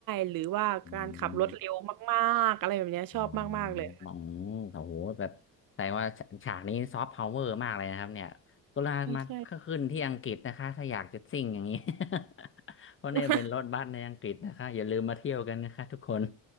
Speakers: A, on the right; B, on the left.
A: หรือว่าการขับรถเร็วมากๆอะไรแบบเนี้ยชอบมากๆเลย
B: อืม อ๋ออืมโอ้โหแบบแต่ว่าฉฉากนี้ซอฟต์พาวเวอร์มากเลยนะครับเนี่ยก็ลามาขึ้นที่อังกฤษนะคะถ้าอยากจะซิ่งอย่างนี้
A: ไม่ใช่
B: <laughs> เพราะเนี่ยเป็นรถบัสในอังกฤษนะคะอย่าลืมมาเที่ยวกันนะคะทุกคน
A: <laughs>